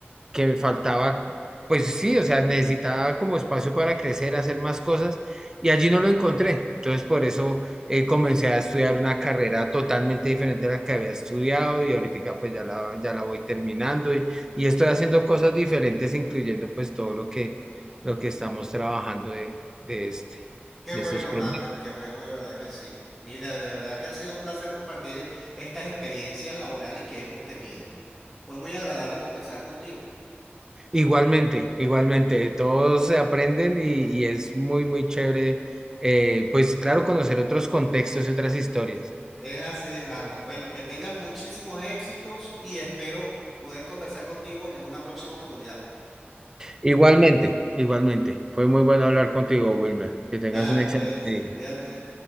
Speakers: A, on the right; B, in the centre.
A: que me faltaba, pues sí, o sea, necesitaba como espacio para crecer, hacer más cosas, y allí no lo encontré. Entonces, por eso eh, comencé a estudiar una carrera totalmente diferente a la que había estudiado, y ahorita pues ya la, ya la voy terminando, y, y estoy haciendo cosas diferentes, incluyendo pues todo lo que, lo que estamos trabajando de, de este,
B: Qué
A: de
B: bueno,
A: estos proyectos.
B: Albert, qué bueno, de verdad que sí. Mira, de verdad que ha sido un placer compartir estas experiencias laborales que hemos tenido. Fue muy agradable conversar contigo.
A: Igualmente, igualmente, todos se aprenden y, y es muy, muy chévere, eh, pues claro, conocer otros contextos y otras historias.
B: Es así, Albert. Bueno, que tengas muchísimos éxitos y espero poder conversar contigo en una próxima oportunidad.
A: Igualmente, igualmente. Fue muy bueno hablar contigo, Wilmer. Que tengas
B: Dale,
A: un excelente
B: pues,
A: día.
B: cuídate.